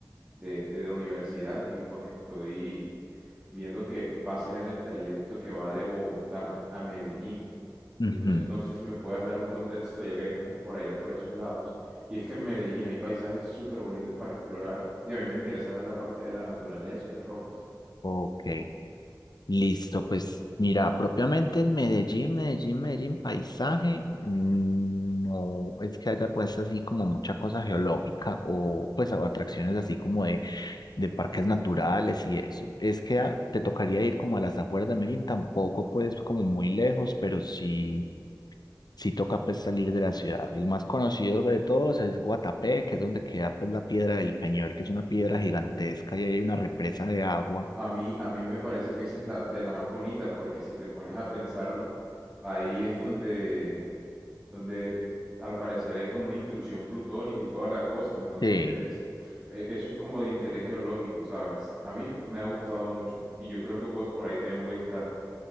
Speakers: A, on the right; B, on the left.
A: de, de la universidad y pues estoy viendo que va a ser en el trayecto que va de Bogotá a Medellín.
B: Ujú,
A: Entonces no sé si me puedas dar un contexto ya que tú estás por allá, por esos lados. Y es que en Medellín hay paisajes súper bonitos para explorar y a mí me interesa ver la parte de la naturaleza y las rocas.
B: Ok, listo. Pues mira, propiamente en Medellín, Medellín, Medellín, paisaje, mm, no es que haya pues así como mucha cosa geológica o pues a- atracciones así como de, de parques naturales y eso. Es que ah, te tocaría ir como a las afueras de Medellín, tampoco pues como muy lejos, pero sí. sí toca pues salir de la ciudad. El más conocido de todos es Guatapé, que es donde queda pues la Piedra del Peñol, que es una piedra gigantesca y ahí hay una represa de agua.
A: A mí, a mí me parece que esa es la de la más bonita, porque si te pones a pensarlo, ahí es donde, donde al parecer hay como una intrusión plutónica y toda la cosa, entonces
B: Sí,
A: e- eso es como de interés geológico, ¿sabes? A mí me ha gustado mucho y yo creo que vo- por ahí también voy a estar,